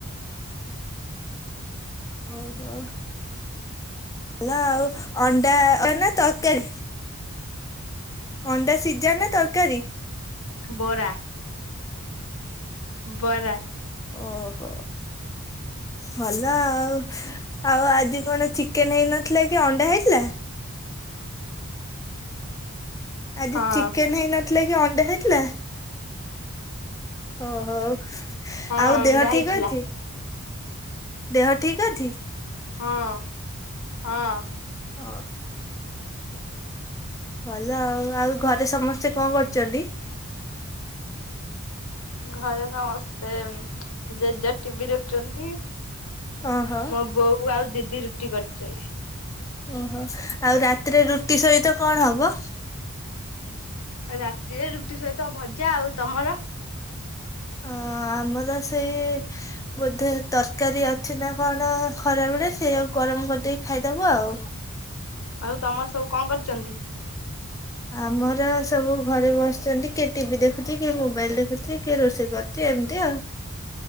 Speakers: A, on the left; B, on the left.
A: ଓହୋ। ଭାଲ ଆଉ ଅଣ୍ଡା ତ ତରକାରୀ। ଅଣ୍ଡା ସିଝା ନା ତରକାରୀ?
B: ବରା ବରା।
A: ଓହୋ ଭଲ ଆଉ। ଆଉ ଆଜି କଣ ଚିକେନ୍ ହେଇନଥିଲା କି ଅଣ୍ଡା ହେଇଥିଲା? ଆଜି
B: ହଁ
A: ଚିକେନ୍ ହେଇନ ଥିଲା କି ଅଣ୍ଡା ହେଇଥିଲା ଓ ହୋ।
B: ହଁ
A: ଆଉ
B: ଅଣ୍ଡା
A: ଦେହ
B: ହେଇଥିଲା
A: ଠିକ୍ ଅଛି ଦେହ ଠିକ୍ ଅଛି?
B: ହଁ ହଁ।
A: <unintelligible> ଭଲ ଆଉ ଆଉ ଘରେ ସମସ୍ତେ କଣ କରୁଚନ୍ତି?
B: ଘରେ ସମସ୍ତେ ଜେଜ ଟିଭି ଦେଖୁଚନ୍ତି।
A: ଓହୋ
B: ମୋ ବୋଉ ଆଉ ଦିଦି ରୁଟି କରିଚନ୍ତି।
A: ଓହୋ। ଆଉ ରାତିରେ ରୁଟି ସହିତ କଣ ହବ?
B: ରାତିରେ ରୁଟି ସହିତ ଭଜା, ଆଉ ତମର?
A: ଅ ଆମର ସେଇ ବୋଧେ ତରକାରୀ ଅଛି ନା କଣ ଖରାବେଳେ? ସେଇଆକୁ ଗରମ କରିଦେଇକି ଖାଇଦବୁ ଆଉ।
B: ଆଉ ତମର ସବୁ କଣ କରୁଚନ୍ତି?
A: ଆମର ସବୁ ଘରେ ବସଛନ୍ତି। କିଏ ଟିଭି ଦେଖୁଛି? କିଏ ମୋବାଇଲ ଦେଖୁଛି? କିଏ ରୋଷେଇ କରୁଛି? ଏମିତି ଆଉ।